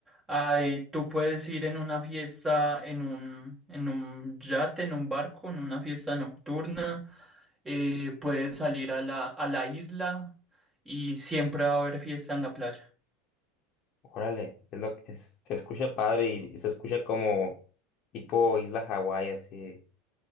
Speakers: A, on the right; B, on the left.
A: ay, tú puedes ir en una fiesta, en un, en un yate, en un barco, en una fiesta nocturna. eh, puedes salir a la, a la isla y siempre va a haber fiesta en la playa.
B: Órale, es lo que es- se escucha padre y, y se escucha como tipo isla Hawái, así,